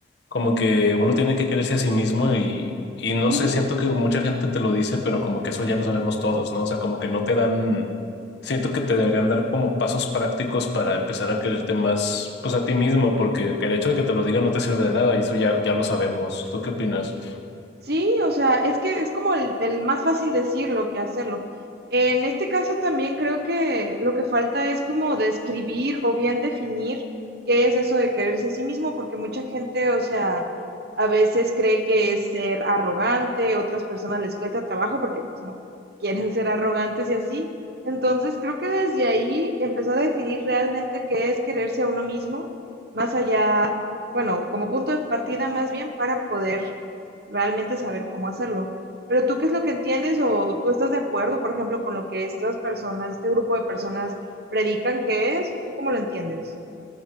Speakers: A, on the left; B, on the right.
A: Como que uno tiene que quererse a sí mismo y, y no
B: Ujú.
A: sé, siento que mucha gente te lo dice, pero como que eso ya lo sabemos todos, ¿no? O sea, como que no te dan, siento que te deberían dar como pasos prácticos para empezar a quererte más, pues a ti mismo, porque el hecho de que te lo digan no te sirve de nada y eso ya, ya lo sabemos. ¿Tú qué opinas?
B: Sí, o sea, es que es como el, el más fácil decirlo que hacerlo. En este caso también creo que lo que falta es como describir o bien definir qué es eso de quererse a sí mismo, porque mucha gente, o sea, a veces cree que es ser arrogante, otras personas les cuesta trabajo porque pues no quieren ser arrogantes y así. Entonces creo que desde ahí empezar a definir realmente qué es quererse a uno mismo, más allá, bueno, como punto de partida más bien para poder realmente saber cómo hacerlo. Pero tú, ¿qué es lo que entiendes o tú estás de acuerdo, por ejemplo, con lo que estas personas, este grupo de personas predican que es? ¿Tú cómo lo entiendes?